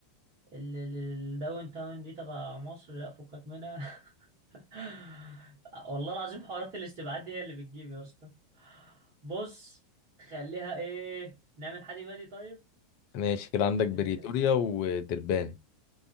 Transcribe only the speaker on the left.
ماشي كده عندك بريتوريا
ودربان